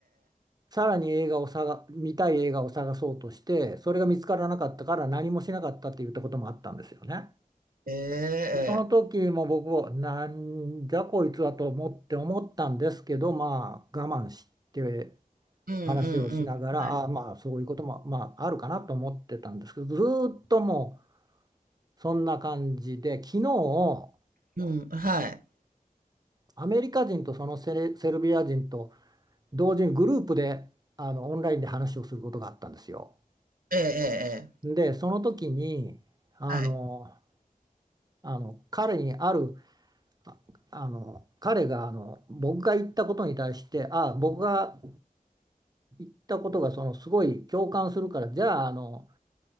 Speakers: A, on the right; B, on the right.
A: さらに映画を探、見たい映画を探そうとして、それが見つからなかったから何もしなかったって言ったこともあったんですよね。
B: ええ、ええ。ええ、
A: でその時も僕はなんじゃこいつはと思って思ったんですけど、
B: ええ。
A: まあ我慢して、
B: うんうん
A: 話をしながら、
B: うん。はい。
A: ああ、まあそういうことも、まあ、あるかなと思ってたんですけど、ずーっともうそんな感じで、昨日、
B: うん、はい。
A: アメリカ人とそのセレ、セルビア人と同時にグループであのオンラインで話をすることがあったんですよ。
B: ええええええ、
A: で、その時に、あの、
B: はい。
A: あの彼にある、ああの彼があの僕が言ったことに対して、ああ、僕が言ったことがそのすごい共感するから、じゃあ、あの、